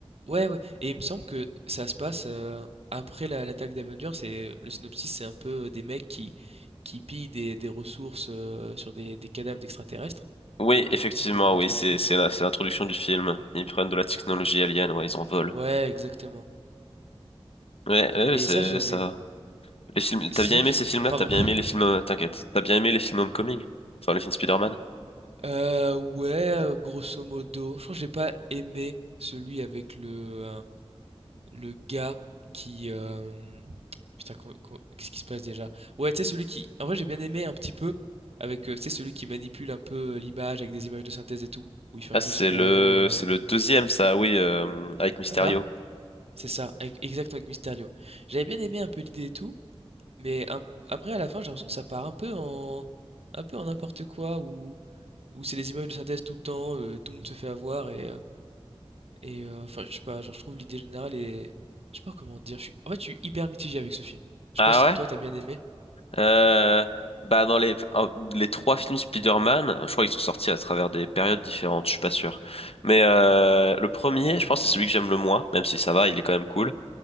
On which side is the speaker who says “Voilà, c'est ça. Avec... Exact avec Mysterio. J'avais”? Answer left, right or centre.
Right